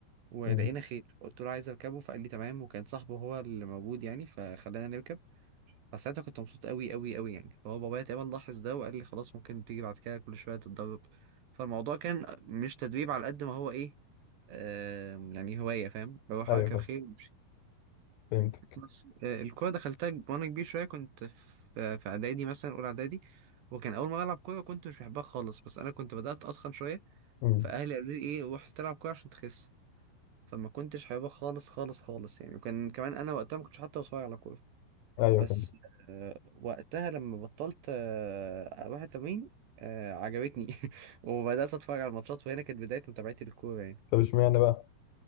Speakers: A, on the right; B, on the left.
A: ولقينا
B: مم.
A: خيل قلت له عايز اركبه فقال لي تمام وكان صاحبه هو اللي موجود يعني فخلانا نركب فساعتها كنت مبسوط قوي قوي قوي يعني فهو بابايا تقريبا لاحظ ده وقال لي خلاص ممكن تيجي بعد كده كل شويه تتدرب فالموضوع كان مش تدريب على قد ما هو ايه آم، يعني هوايه فاهم بروح
B: أيوه
A: اركب
B: فهمت
A: خيل وامشي
B: فهمتك
A: بس آه، الكوره دخلتها ج- وانا كبير شويه كنت في في اعدادي مثلا اولى اعدادي وكان اول مره العب كوره كنت مش بحبها خالص بس انا كنت بدات اتخن شويه
B: مم.
A: فاهلي قالوا لي ايه روح تلعب كوره عشان تخس فما كنتش حاببها خالص خالص خالص يعني وكان كمان انا وقتها ما كنتش حتى بتفرج على كوره
B: أيوه
A: بس
B: فهمت
A: آه، وقتها لما بطلت آه، اروح التمرين آه، عجبتني <laughs> وبدات اتفرج على الماتشات وهنا كانت بدايه متابعتي للكوره يعني
B: طب اشمعنى بقى؟